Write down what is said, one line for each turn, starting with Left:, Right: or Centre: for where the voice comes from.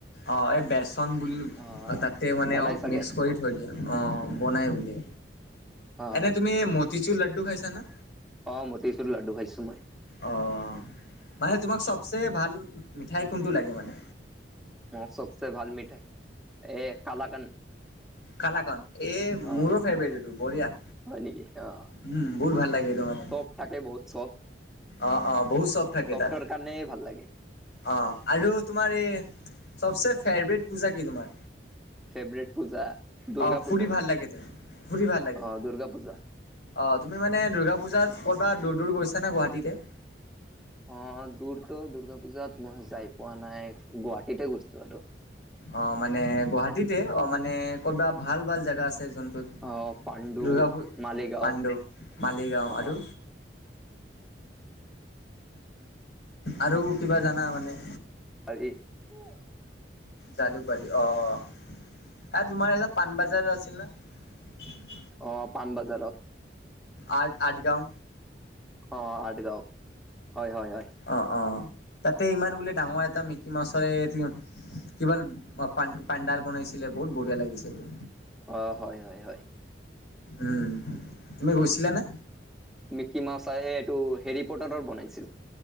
Left: অ', এই বেচন বুলি
Centre: অ
Left: তাতে মানে
Centre: বনাই চাগে
Left: মিক্স কৰি থৈ দিয়া অ' বনাই বোলে।
Centre: অ
Left: এনে তুমি মতিচুৰ লাডু খাইছা না?
Centre: অ', মতিছো লাডু খাইছো মই।
Left: অ', মানে তোমাক চবচে ভাল মিঠাই কোনটো লাগে মানে?
Centre: মোৰ চবচে ভাল মিঠাই এ কালাকান।
Left: কালাকন এই
Centre: অ
Left: মোৰো ফেভাৰট এইটো বঢ়িয়া।
Centre: হয় নেকি অ'।
Left: উম, বহুত ভাল লাগে এইটো মানে
Centre: চফ থাকে বহুত চফ।
Left: অ', অ', বহুত চব থাকে
Centre: চফৰ
Left: তাৰ।
Centre: কাৰণে ভাল লাগে
Left: অ', আৰু তোমাৰ এই চবচে ফেভৰেট পূজা কি তোমাৰ?
Centre: ফেভৰেট পূজা দুৰ্গা
Left: আহ ফুৰি
Centre: পূজা
Left: ভাল লাগে তই ফুৰি ভাল লাগে।
Centre: অ দুৰ্গা পূজা
Left: অ', তুমি মানে দুৰ্গা পূজাত ক'বাত দূৰ দূৰ গৈছা নে গুৱাহাটীতে?
Centre: অ', দূৰতো দুৰ্গা পূজাত মই যাই পোৱা নাই গুৱাহাটীতে ঘৰিছো আৰু।
Left: অ', মানে গুৱাহাটীতে অ' মানে ক'বা ভাল ভাল জেগা আছে যোনটোত
Centre: অ পাণ্ডু
Left: দূৰ্গা পূ
Centre: মালিগাঁও
Left: পাণ্ডো মালিগাঁও
Centre: অ
Left: আৰু? আৰু কিবা জানা মানে?
Centre: <inaudible>
Left: জালুকবাৰী অ'। এ তোমাৰ এটা পাানবাজাৰ আছিল ন।
Centre: অ', পাণবজাৰত।
Left: আ-আঠগাঁও।
Centre: অ', আঠগাঁও। হয় হয় হয়
Left: অ', অ', তাতে ইমান বোলে ডাঙৰ এটা মিকি মাউছৰে কিবা প-পাণ্ডাল বনাইছিলে বহুত বঢ়িয়া লাগিছে এইটো।
Centre: অ', হয়, হয়, হয়।
Left: উম, তুমি গৈছিলানে?
Centre: কিমা চাই এইটো হেৰি পটাৰৰ বনাইছিলো।